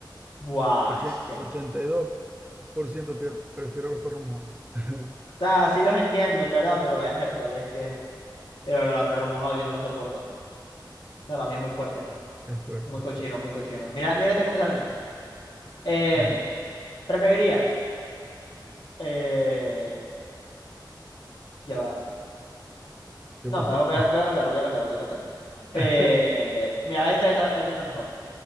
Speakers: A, on the left; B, on the right.
A: Buah,
B: Oche-
A: es que.
B: 82%
A: O
B: pier- prefiere los perros mojados. <laughs>
A: sea, sí los entiendo, en verdad, pero verga, tal, es que el olor a perro mojado yo no lo soporto. O sea, para mí es muy
B: Sí,
A: fuerte.
B: es fuerte,
A: Muy cochino,
B: sí.
A: muy cochino. Mira, mira esta que me sale a mí. Em,
B: Ujú.
A: ¿preferirías? eh, ya va.
B: ¿Qué
A: No,
B: pasó?
A: mejor voy a, voy a cambiarlo, voy a cambiarlo, voy a cambiarlo. Eh,
B: <laughs>
A: mira, esta, esta, esta está mejor.